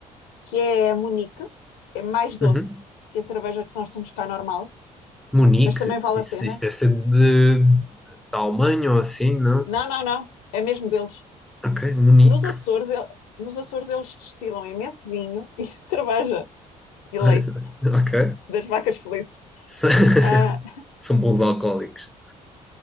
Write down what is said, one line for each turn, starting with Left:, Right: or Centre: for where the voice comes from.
Left: que é a Munique, é mais doce
Centre: Uhum.
Left: que a cerveja que nós temos cá normal,
Centre: Munique,
Left: mas também vale
Centre: isso,
Left: a pena.
Centre: isso deve ser de, da Alemanha ou assim, não?
Left: Não, não, não, é mesmo deles.
Centre: Ok, Munique.
Left: Nos Açores, el- nos Açores eles destilam imenso vinho e <laughs> cerveja e
Centre: Olha,
Left: leite
Centre: Ok.
Left: das vacas felizes.
Centre: S-
Left: Ah,
Centre: <laughs> São bons alcoólicos.